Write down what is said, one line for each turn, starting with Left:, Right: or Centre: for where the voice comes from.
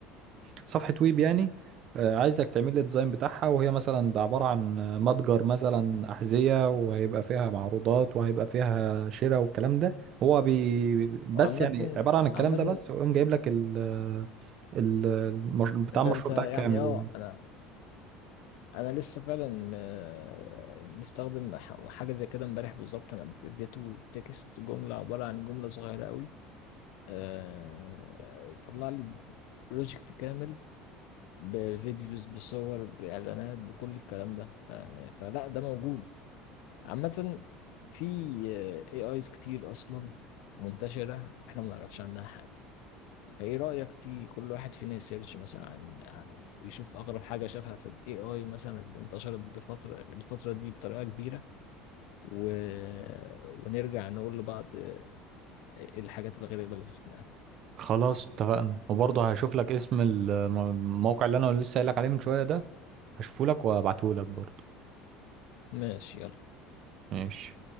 Right: صفحة ويب يعني آه، عايزك تعمل لي الديزاين بتاعها وهي مثلا ده عبارة عن متجر مثلا أحذية وهيبقى فيها معروضات وهيبقى فيها شراء والكلام ده هو بي بس
Left: وعامه
Right: يعني عبارة عن الكلام
Left: عامه
Right: ده بس ويقوم جايب لك ال ال- المش... بتاع
Left: انت
Right: المشروع
Left: انت يعني
Right: بتاعك كامل
Left: اه
Right: يعني
Left: انا انا لسه فعلا آه، مستخدم ح- حاجه زي كده امبارح بالظبط انا اديته تكست جمله عباره عن جمله صغيره قوي آه، طلع لي بروجكت كامل بفيديوز بصور بإعلانات بكل الكلام ده ف... فلا ده موجود عامة في آه، AIs كتير أصلا منتشرة إحنا ما نعرفش عنها حاجة فإيه رأيك تي كل واحد فينا يسيرش مثلا عن ويشوف أغرب حاجة شافها في ال AI مثلا اللي انتشرت بفترة الفترة دي بطريقة كبيرة و... ونرجع نقول لبعض آه، إيه الحاجات الغريبة اللي شفناها
Right: خلاص اتفقنا وبرضه هشوف لك اسم الم- الموقع اللي انا لسه قايل لك عليه من شويه ده هشوفه لك وابعته لك برضه
Left: ماشي يلا
Right: ماشي